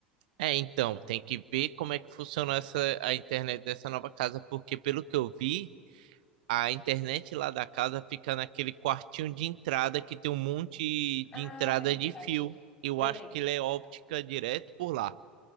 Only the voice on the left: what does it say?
Ah,
é
verdade.
Lembrei.